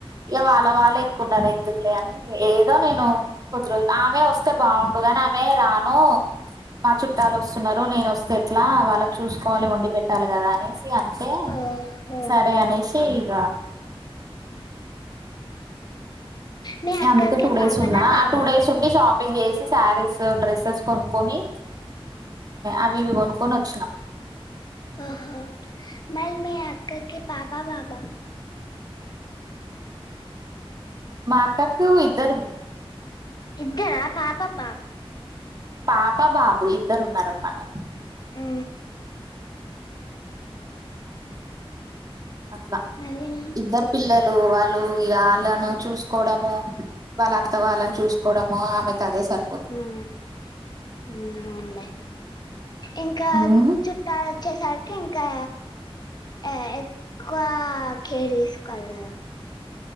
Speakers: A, on the right (about 40°); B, on the left (about 45°).
A: ఇక వాళ్ళ వాళ్ళ ఎక్కువన్నారు. ఎందుకులే, అని ఏదో నేను కొద్ది రోజులు ఆమె వస్తే బాగుండుగాని ఆమె రాను మా చుట్టాలు వచ్చి వస్తున్నారు. నేను వస్తే ఎట్లా వాళ్ళకి చూసుకోవాలి. వండి పెట్టాలి కదా అని ఇగ అంతే
B: ఓహో
A: సరే అనేషి ఈగ
B: మీ అక్కకి
A: అందుకే టూ డేస్
B: పాపనా
A: ఉన్నా
B: బాబా
A: ఆ టూ డేస్ ఉండి షాప్ పింగ్ చేేసేసి, శారీస్ డ్రెస్సెస్ కొనుక్కొని అవి ఇవి కొనుక్కొని వచ్చినం
B: ఓహో మరి మీ అక్క కి పాప బాబ
A: మాఅక్కకి, ఇద్దరు,
B: ఇద్దరా పాపబాబ
A: పాప బాబు ఇద్దరు ఉన్నారనమాట.
B: ఉ
A: అట్లా
B: మరి
A: ఇద్దరు పిల్లోలు వాళ్ళు ఇగ వాళ్ళను చూసుకోవడము వాళ్ళ అత్త వాళ్ళని చూసుకోవడమో ఆమెకి అదే సరిపో
B: ఊ ఊ అవునులే ఇంకా
A: ఉమ్
B: చు ట్టాలొచ్చే సరికి ఇంకా ఎ ఎక్కువ కేర్ తీసుకోవాలి కదా